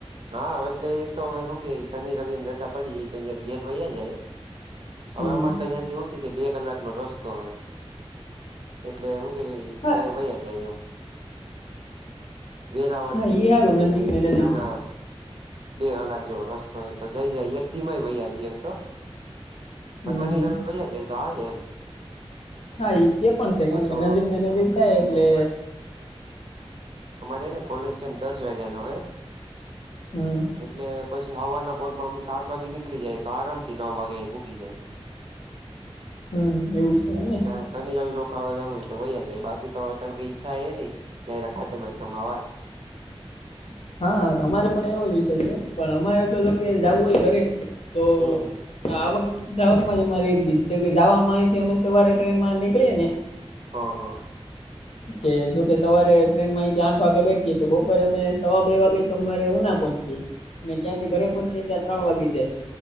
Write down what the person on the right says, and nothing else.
હા એટલે એ તો હવે હું કેય શનિ રવિની રજા પડી જઈ અં ઘેર વહીયા જાય હવે
આમાં તો અહીંયા એવું છે કે બે કલાક નો રસ્તો હો એટલે હું કેવાય
તય વયા જાય એમ વેરાવળથી
હું કેવાય
હું ના બે કલાક જેવા રસ તો એ તો જઈને એક થી ય વહી આવી એમ તો
શની
રવી અહીંયા જ હોય તો હાલે એમ
પાછો
અમારેને કોલેજ ટાઈમ દસ વાગ્યા નો હોય
એટલે પછી હવારના બપોરમાંમે સાત વાગે નીકળી જાય તો આરામથી નવ વાગે અ ભૂગી જાય
એટલે શનિ રવિ રોકા જવું હોય તો હોય છે બાકી તો અચાણ કઈ ઈચ્છા એ નહી ને રખાતે મેટ્ટમમાં વાત
હમ
હા હા.